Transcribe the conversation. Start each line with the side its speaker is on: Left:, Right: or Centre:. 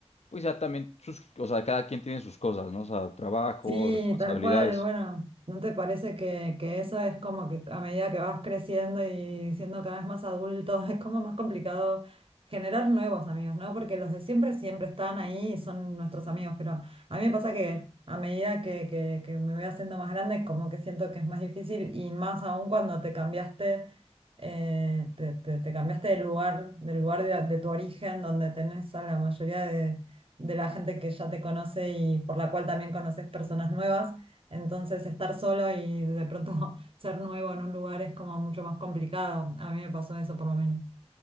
Left: pues ya también sus, o sea, cada quien tiene sus cosas, ¿no? O sea, trabajo,
Right: Sí,
Left: responsabilidades.
Right: tal cual. Bueno, ¿no te parece que, que eso es como que a medida que vas creciendo y siendo cada vez más adulto, <laughs> es como más complicado generar nuevos amigos, ¿no? Porque los de siempre siempre están ahí y son nuestros amigos, pero a mí me pasa que a medida que, que, que me voy haciendo más grande, como que siento que es más difícil y más aún cuando te cambiaste, eh, te, te- te cambiaste de lugar, del lugar de, de tu origen, donde tenés a la mayoría de la gente que ya te conoce y por la cual también conoces personas nuevas. Entonces, estar solo y de pronto <laughs> ser nuevo en un lugar es como mucho más complicado. A mí me pasó eso por lo menos.